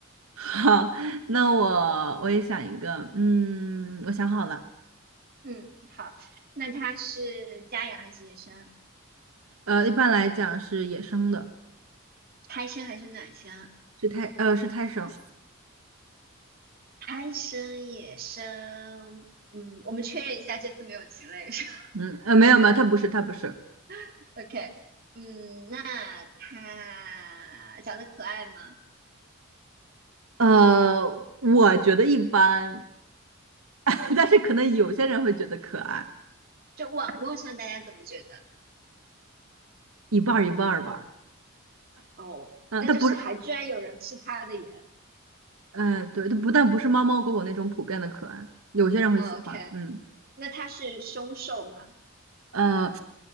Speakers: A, on the right (about 90°); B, on the right (about 45°).
A: 好，那我我也想一个，嗯，我想好了，
B: 嗯，好，那它是家养还是野生？
A: 呃，一般来讲是野生的，
B: 胎生还是卵生？
A: 是胎，呃，是胎生，
B: 贪生野生，嗯，我们确认一下，这次没有禽类是吧
A: 嗯，呃，没有没有，它不是，它不是，
B: <laughs> OK，嗯，那它长得可爱吗？
A: 呃，我觉得一般，<laughs> 但是可能有些人会觉得可爱，
B: 就网络上大家怎么觉得？
A: 一半儿一半儿吧，
B: 哦，
A: 嗯，
B: 那就是还居然有人吃它的盐。
A: 它不是，嗯，对，它不但不是猫猫狗狗那种普遍的可爱，有些人会喜欢，
B: OK，OK，
A: 嗯，
B: 那它是凶兽吗？
A: 呃，